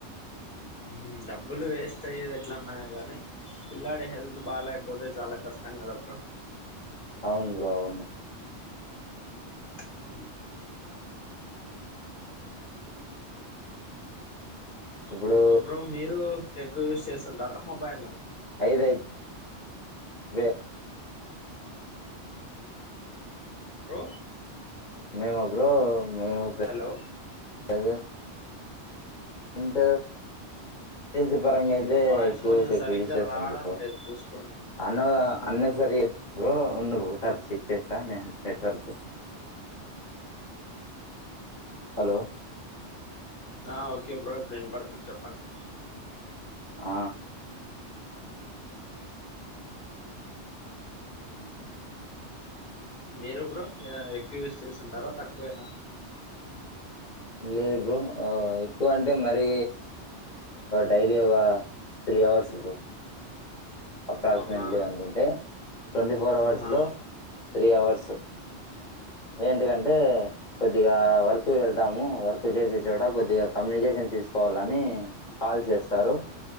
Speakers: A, on the left; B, on the left.
A: హ్మ్ డబ్బులు వేస్ట్ ఎట్లన్నాయి. కానీ పిల్లాడి హెల్త్ బాలేకపోతే చాలా కష్టం కదా బ్రో
B: అవును బ్రో అవును
A: అ <unintelligible>
B: ఇప్పుడు
A: బ్రో మీరు ఎక్కువ యూస్ చేస్తాద్ ధర ఆ మొబైలా
B: ఐదు అయిపోయింది. వే
A: బ్రో
B: మేమ బ్రో నేను ఉపేం
A: హలో
B: అదేద్ ఎంత ఏజెన్సీ పరంగా
A: మీ
B: అయితే
A: వాయిస్
B: ఎక్కువసేపు
A: కొంచెం సరిగ్గా
B: యూస్ చేస్తాం.
A: రావడం
B: బ్రో
A: లేదు చూసుకోండి బ్రో
B: అన్న వ అన్నెసరీ బ్రో ఉండు బ్రో ఒకసారి చెక్ చేస్తాను. నేను నెట్వర్క్ హలో
A: ఆ ఓకే బ్రో వినాపడుతుంది చెప్పండి.
B: ఆ
A: అ మీరు బ్రో ఎక్కువ యూస్ చేస్తుంటారా తక్కువేనా
B: లేదు బ్రో ఎక్కువ అంటే మరీ డైలీ ఒక త్రీ అవర్స్ బ్రో అప్రాక్సిమేట్లీ
A: అవునా
B: అనుకుంటే ట్వంటీ ఫోర్ అవర్స్
A: ఆ
B: లో త్రీ అవర్స్ ఏంటది అంటే కొద్దిగా వార్ వర్క్ వెళ్తాము. వర్క్ చేసే చోట కొద్దిగా కమ్యూనికేషన్ తీసుకోవాలని కాల్ చేస్తారు.